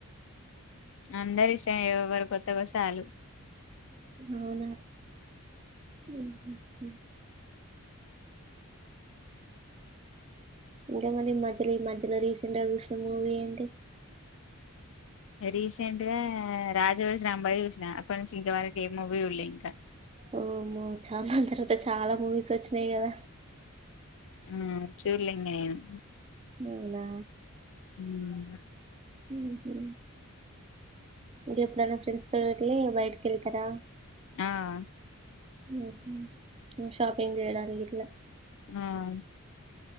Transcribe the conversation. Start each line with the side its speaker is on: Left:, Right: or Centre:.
Left: అందరూ ఇష్టమే ఎవరు కొత్తగా ఒస్తే అల్లు.
Right: అవునా ఉమ్ హు. ఇంకా మరి మధ్యలో ఈ మధ్యలో రీసెంట్ గా చూసిన మూవీ ఏంటి.
Left: రీసెంట్ గా రాజు వెడ్స్ రాంబాయ్ చూసిన అప్పటి నుంచి ఇంత వరకి ఏ మూవీ చూడ్లే ఇంకా.
Right: ఓమో చాలా తర్వాత చాలా మూవీస్ వచ్చినాయి కదా.
Left: ఉమ్ చూడలే ఇంకా ఏమ్.
Right: అవునా.
Left: ఉమ్.
Right: ఉమ్ హు ఇంకా ఎప్పుడన్న ఫ్రెండ్స్ తోటి అట్లే బయటకి వెళ్తారా.
Left: ఆహ్.
Right: ఉమ్ ఇంక్ షాపింగ్ చేయడానికిట్లా.
Left: ఆహ్.